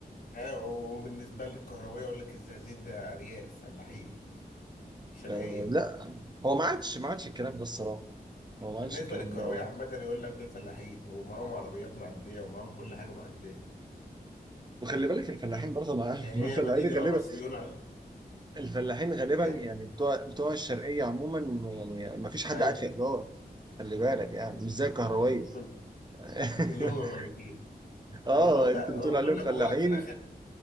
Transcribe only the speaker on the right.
لا لا، هو ما عادش ما عادش الكلام ده الصراحه هو ما
عادش الكلام
ده
وخلي بالك الفلاحين برضه مع- <laughs>
الفلاحين
غالبا
الفلاحين غالبا
يعني بتوع بتوع الشرقيه عموما يعني ما فيش حد
قاعد في ايجار خلي بالك يعني مش زي الكهروية
<laughs>
اه
انت
بتقول
عليهم
فلاحين